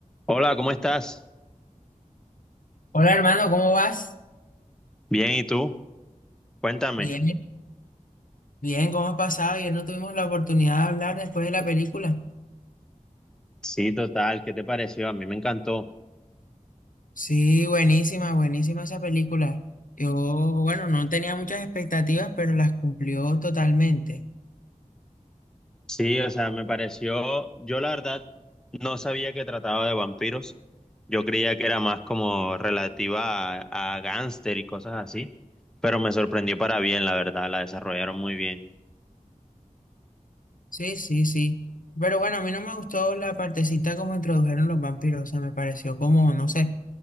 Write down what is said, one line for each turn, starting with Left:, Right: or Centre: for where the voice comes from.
Centre: Hola, ¿cómo estás?
Left: Hola hermano, ¿cómo vas?
Centre: Bien, ¿y tú? Cuéntame.
Left: Bien, bien, ¿cómo has pasado? Ayer no tuvimos la oportunidad de hablar después de la película.
Centre: Sí, total, ¿qué te pareció? A mí me encantó.
Left: Sí, buenísima, buenísima esa película. Yo, bueno, no tenía muchas expectativas, pero las cumplió totalmente.
Centre: Sí, o sea, me pareció, yo la verdad no sabía que trataba de vampiros. Yo creía que era más como relativa a, a gángster y cosas así, pero me sorprendió para bien, la verdad, la desarrollaron muy bien.
Left: Sí, sí, sí. Pero bueno, a mí no me gustó la partecita como introdujeron los vampiros. O sea, me pareció como, no sé,